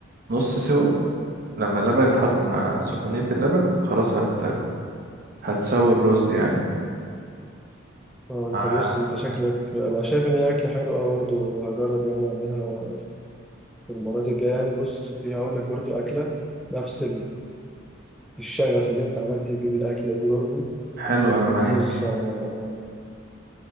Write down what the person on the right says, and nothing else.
نص سوا لما اللبن يتحط مع سخونية اللبن خلاص هت... هتساوي الرز يعني
آه،
حلو أنا معاك